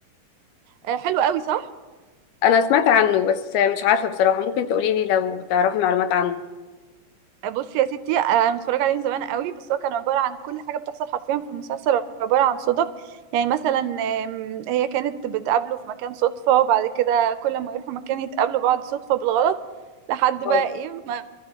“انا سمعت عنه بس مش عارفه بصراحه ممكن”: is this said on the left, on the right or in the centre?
Left